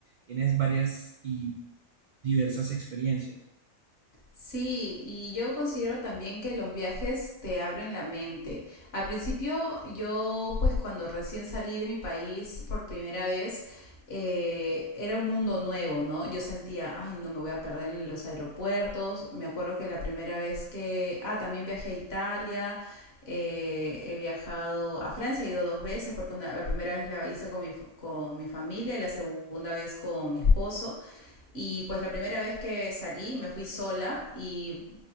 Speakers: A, on the right (about 65°); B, on the left (about 50°).
A: tienes varias y diversas experiencias.
B: Sí, y yo considero también que los viajes te abren la mente. Al principio, yo pues cuando recién salí de mi país por primera vez, eh, era un mundo nuevo, ¿no? Yo sentía, ay, no me voy a perder en los aeropuertos. Me acuerdo que la primera vez que, ah, también viajé a Italia, eh, he viajado a Francia, he ido dos veces, porque una- la primera vez la hice con mi, f- con mi familia y la segunda vez con mi esposo. Y pues la primera vez que salí me fui sola y